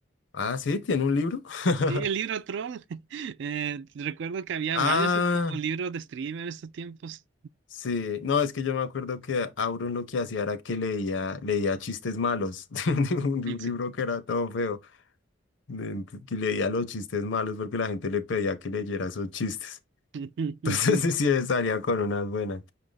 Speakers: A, on the left (about 70°); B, on the right (about 65°).
A: Ah, sí, tiene un libro. <laughs>
B: Sí, el libro troll. <laughs> Eh, recuerdo que había
A: Ah,
B: varios eh, como libros de streamer en esos tiempos.
A: sí. No, es que yo me acuerdo que Auron lo que hacía era que leía, leía chistes malos. <laughs> de Un de un libro
B: Sí.
A: que era todo feo. de- Que leía los chistes malos porque la gente le pedía que leyera esos chistes.
B: <laughs>
A: <laughs> Entonces sí, sí, salía con unas buenas.